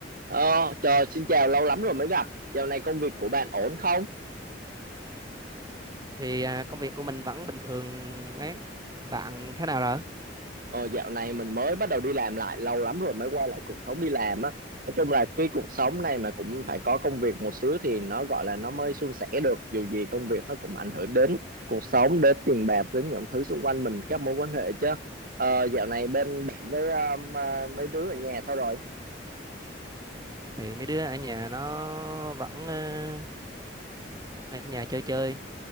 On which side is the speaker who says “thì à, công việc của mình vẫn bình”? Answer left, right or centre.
Right